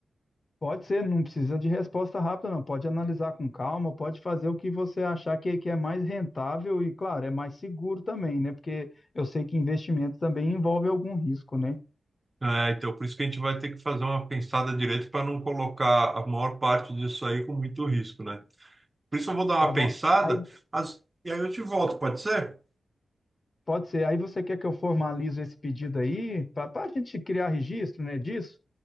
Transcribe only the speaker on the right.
É, então, por isso que a gente vai ter que fazer uma pensada direito para não colocar a maior parte disso aí com muito risco, né? Por isso eu vou dar uma
pensada,
as- e aí eu te volto, pode ser?